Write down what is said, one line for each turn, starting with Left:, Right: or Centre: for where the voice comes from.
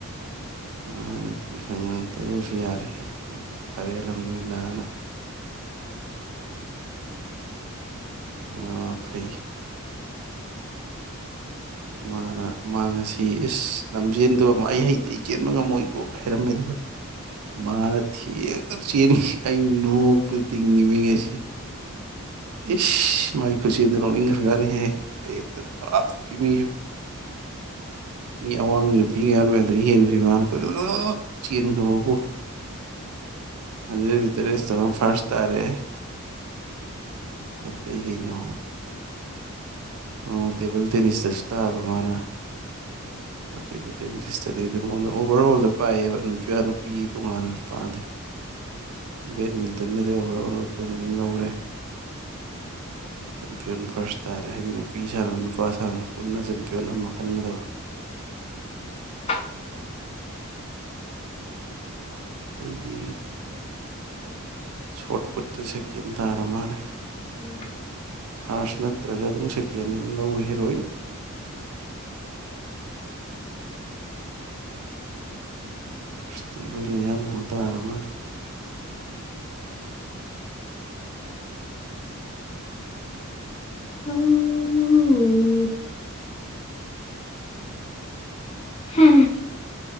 Right: ꯉꯥꯅꯤ ꯇꯤꯡꯈꯪ ꯉꯛꯇꯗꯔꯁꯨ ꯌꯥꯔꯦ ꯐꯔꯦꯔꯝꯅꯤꯗꯅ ꯑ ꯐꯩ ꯃꯥꯅ ꯃꯥ ꯉꯁꯤ ꯏꯁꯁ ꯅꯝꯖꯦꯟꯗꯕ ꯑꯃ ꯑꯩ ꯍꯩꯇ ꯑꯩ ꯆꯦꯟꯕ ꯉꯝꯃꯣꯏꯀꯣꯛ ꯍꯥꯏꯔꯝꯃꯦ ꯑꯗꯨꯒ ꯃꯥꯅ ꯊꯦꯛꯇ ꯆꯦꯟꯉ ꯑꯩꯅ ꯅꯣꯛꯄꯗ ꯇꯤꯡꯉꯤꯕ ꯉꯩꯁꯤꯦ ꯏꯁ ꯃꯥꯏ ꯈꯨꯁꯤ ꯔꯣꯅꯤ ꯒꯥꯦ ꯍꯥꯏ ꯀꯥꯇ ꯄꯃꯤ ꯃꯤ ꯑꯋꯥꯡꯕ ꯅꯨꯄꯤ ꯌꯥꯔꯣꯏ ꯑꯗꯨ ꯍꯦꯟꯗ꯭ꯔꯤꯕꯅ ꯆꯕꯣ ꯍꯟꯗ꯭ꯔꯦꯠ ꯃꯤꯇꯔꯁꯤꯇ ꯑꯃ ꯐꯥꯔꯁ ꯇꯥꯔꯦ ꯑꯇꯩ ꯀꯩꯅꯣ ꯑꯣ ꯇꯦꯕꯜ ꯇꯦꯅꯤꯁꯇꯁꯨ ꯇꯥꯕ ꯃꯥꯅ ꯑꯇꯩꯠꯇꯔꯗꯤꯁꯗꯤ ꯑꯗꯨ ꯃꯉꯣꯟꯗ ꯑꯣꯚꯔ ꯑꯣꯜꯗ ꯄꯥꯏꯌꯦꯕ ꯅꯨꯄꯤ ꯅꯨꯄꯤ ꯇꯣꯉꯥꯟꯅ ꯄꯥꯟꯗꯦ ꯕꯦꯠꯃꯤꯟꯇꯟꯗꯗꯤ ꯑꯣꯚꯔ ꯑꯣꯜ ꯑꯩꯈꯣꯏꯅ ꯑꯗꯨꯝ ꯂꯧꯔꯦ ꯆꯦꯝꯄꯤꯌꯟ ꯐꯥꯔꯁ ꯇꯥꯔꯦ ꯍꯥꯏꯗꯤ ꯅꯨꯄꯤ ꯁꯥꯟꯅꯕ ꯅꯨꯄꯥ ꯍꯥꯟꯅ ꯄꯨꯟꯅ ꯆꯦꯝꯄꯤꯌꯟ ꯑꯃ ꯈꯟꯒꯗꯕ
Left: <unintelligible>
Right: ꯑꯇꯩꯗꯤ ꯁꯣꯔꯠꯄꯨꯠꯇ ꯁꯦꯀꯦꯟ ꯇꯥꯔ ꯃꯥꯜꯂꯦ
Left: ꯎꯝ
Right: ꯐꯥꯔꯁ ꯅꯠꯇ꯭ꯔꯒ ꯑꯗꯨꯝ ꯁꯦꯀꯦꯟꯗꯤ ꯑꯗꯨꯝ ꯂꯧꯋꯍꯦ ꯂꯣꯏꯅ ꯁꯁꯇꯤꯈꯅꯦ ꯌꯥꯝꯕꯨꯗꯔꯃꯅꯤ
Left: ꯎꯝ ꯍ